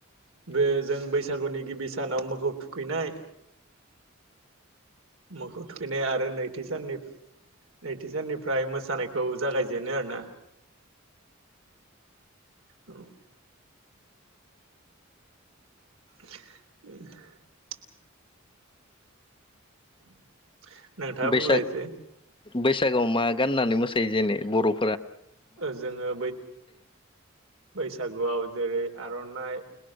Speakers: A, on the right (about 80°); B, on the left (about 25°).
A: बे जों बैसागुनि गिबि दानाव मोखौ थुखैनाय। मोखौ थुखैनाय आरो नैथि साननि नैथि साननिफ्राय मोसानायखौ जागायजेनो आरोना। औ। <inaudible> <inaudible> नोंथाङा
B: बैसाग
A: बुंलाय एसे।
B: बैसागोआव मा गाननानै मोसायो जेने बर'।
A: जोङो बैसागुआव जेरै आर'नाइ।